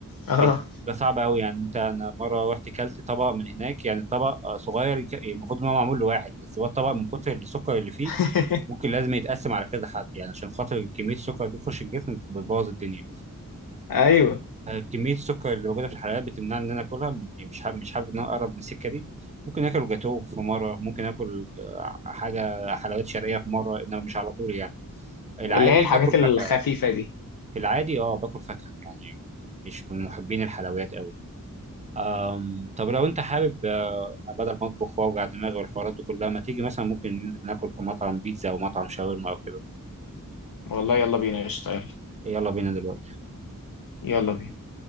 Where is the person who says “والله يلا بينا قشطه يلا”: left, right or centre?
Left